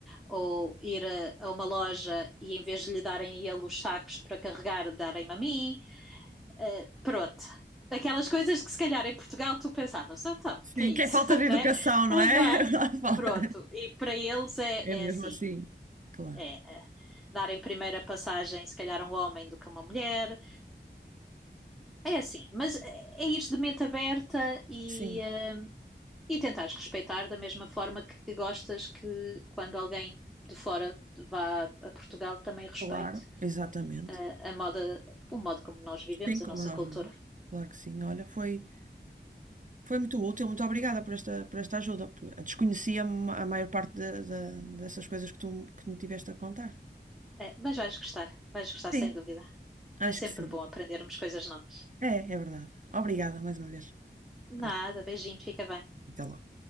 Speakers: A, in the centre; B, on the right.
A: ou ir a, a uma loja e em vez de lhe darem a ele os sacos para carregar, darem-me a mim, eh, pronto. Aquelas coisas que se calhar em Portugal tu pensavas, ah, então,
B: Sim,
A: que é isso,
B: que é falta
A: <laughs>
B: de educação,
A: né?
B: não é?
A: não é?
B: <laughs> Falta-
A: Pronto, e para eles é,
B: É
A: é
B: mesmo
A: assim,
B: assim, claro.
A: é, é darem primeira passagem, se calhar, a um homem do que a uma mulher, é assim, mas é é ir de mente aberta e,
B: Sim,
A: hum, e tentares respeitar da mesma forma que gostas que quando alguém de fora vá a Portugal também respeite
B: claro, exatamente.
A: ah, a, moda, o modo como nós vivemos,
B: Sim, como
A: a nossa
B: nós
A: cultura.
B: vivemos. Claro que sim. Olha, foi, foi muito útil, muito obrigada por esta, por esta ajuda. Desconhecia ma- a maior parte de- de- dessas coisas que tu que me tiveste a contar.
A: É, mas vais gostar, vais gostar sem
B: Sim,
A: dúvida.
B: acho
A: É sempre
B: que sim.
A: bom aprendermos coisas novas.
B: É, é verdade. Obrigada mais uma vez.
A: Nada,
B: Ah,
A: beijinho, fica bem.
B: até logo.